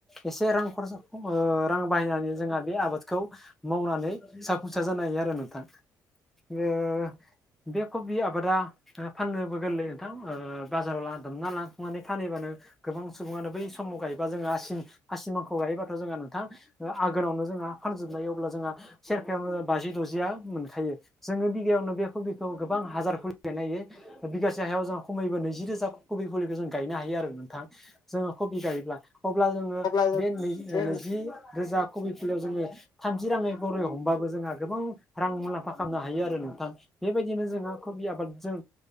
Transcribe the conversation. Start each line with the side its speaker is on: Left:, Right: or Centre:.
Centre: एसे रां खरसा खम ओ रां बाहायनानै जोंहा बे आबादखौ मावनानै सा फुंसार जानो हायो आरो नोंथां ओ बे खबि आबादा फाननोबो गोरलै नोंथां ओ बाजाराव लांद <unintelligible> ना लांनानै फानहै बानो गोबां सुबुंङानो बै समाव गायोबा जोंङो आसिम आसिनाव हगायोबाथ' जोंहा नोंथां आघगावनो जोंहा फानजोबनायायो अब्ला जोंहा सेरफायावनो बाजि द'जिया मोनखायो जोंङो बिगायावनो बे कबिखौ गोबां हाजारफोर गनायायो बिगासे जाहायाव जों खमैबो नैजि रोजा कबि खखौ जों गायनो हायो आरो नोंथां। जोंङो कबि गायोब्ला अब्ला जोंङो
Left: अब्ला जों
Centre: बे नै
Left: बे
Centre: नैजि रोजा कबि फुलियाव जोंङो थामजि रांङै गरै हमबाबो जोंहा गोबां रां मुलाम्फा खालामनो हायो आरो नोंथां। बेबायदिनो जोंहा कबि आबादजों